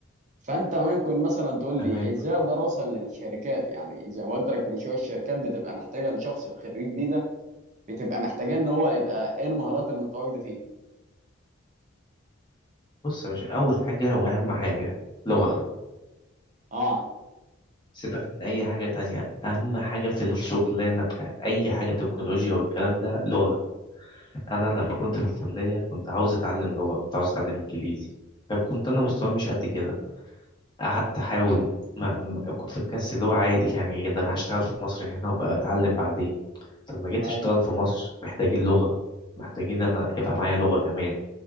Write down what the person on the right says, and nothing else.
فانت ممكن مثلا تقول لي
ازاي اقدر اوصل للشركات يعني زي ما قلت لك من شويه الشركات بتبقى محتاجه لشخص الخريج دي ده بتبقى محتاجاه ان هو يبقى ايه المهارات المتواجده فيه
اه
ايوه